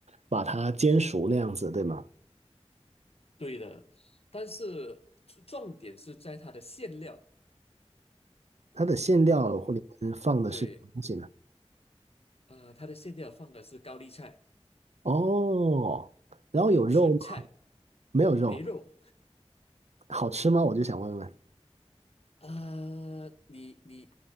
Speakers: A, on the right; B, on the left.
A: 把它煎熟那样子，对吗？
B: 对的，但是重点是在它的馅料。
A: 它的馅料或里面放的是什么东西呢？
B: 嗯，对，呃，它的馅料放的是高丽菜。
A: 哦，然后有肉吗？
B: 纯菜
A: 没有肉，
B: 没肉，
A: 好吃吗？我就想问问。
B: 呃，你你